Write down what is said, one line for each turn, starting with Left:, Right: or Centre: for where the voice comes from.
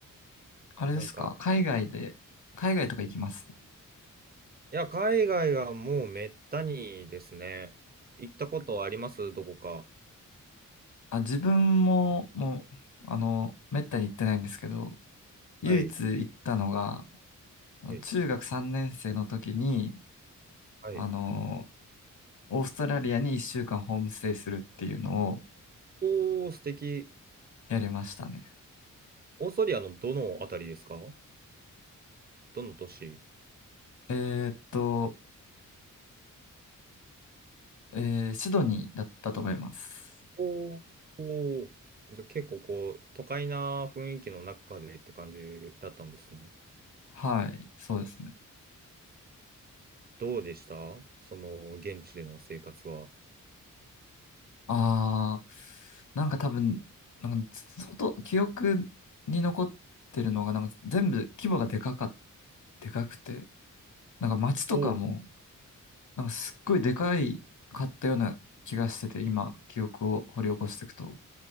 Left: あれですか海外で、
Right: なんか、
Left: 海外とか行きます
Right: いや、海外はもうめったにですね。行ったことありますどこか。
Left: あ、自分も、もう、あの、めったに行ってないんですけど、唯一行ったのが、
Right: はい。
Left: あの中学3年生の時に、
Right: はい。はい。
Left: あの、オーストラリアに1週間ホームステイするっていうのを
Right: おー、素敵。
Left: やりましたね。
Right: オーストリアのどのあたりですかどの都市
Left: えーっと、えーシドニーだったと思います。
Right: おーおー、じゃあ結構こう、都会な雰囲気の中でって感じだったんですね。
Left: はい、そうですね。
Right: どうでしたその、現地での生活は。
Left: ああ、なんか多分、なんか、外、記憶に残ってるのが、なんか全部規模がでかかっ、でかくて、なんか街とかも、
Right: おう
Left: なんかすっごいでかいかったような気がしてて、今、記憶を掘り起こしていくと。